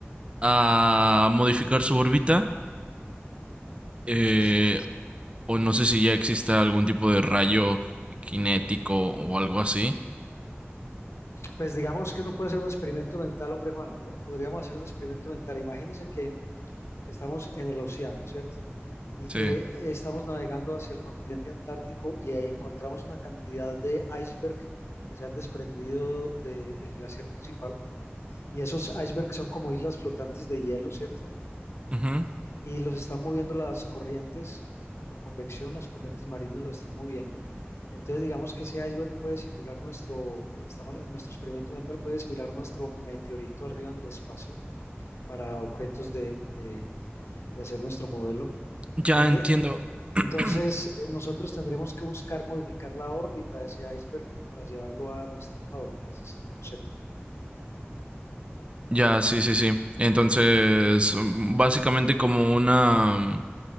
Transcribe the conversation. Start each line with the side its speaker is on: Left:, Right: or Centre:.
Right: a modificar su órbita. eh,
Left: Sí,
Right: o no sé si ya existe algún tipo de rayo cinético o algo así.
Left: pues digamos que uno puede hacer un experimento mental, hombre Juan, ¿no? Podríamos hacer un experimento mental. Imagínese que, que estamos en el océano, ¿cierto? Y
Right: Sí.
Left: que estamos navegando hacia el continente antártico y ahí encontramos una cantidad de iceberg que se han desprendido de- del glaciar principal. Y esos icebergs son como islas flotantes de hielo, ¿cierto?
Right: Ujú.
Left: y los están moviendo las corrientes por convección, las corrientes marinas los están moviendo. Entonces, digamos que ese iceberg puede simular nuestro, eh, estamos en nuestro experimento mental, puede simular nuestro meteorito arriba en el espacio para objetos de, de- de hacer nuestro modelo.
Right: Ya
Left: Y
Right: entiendo.
Left: eh, entonces
Right: <clears throat>
Left: eh, nosotros tendremos que buscar modificar la órbita de ese iceberg para llevarlo a nuestra fábrica. Ese es el concepto.
Right: Ya, sí, sí, sí. Entonces, mm, básicamente como una, mm,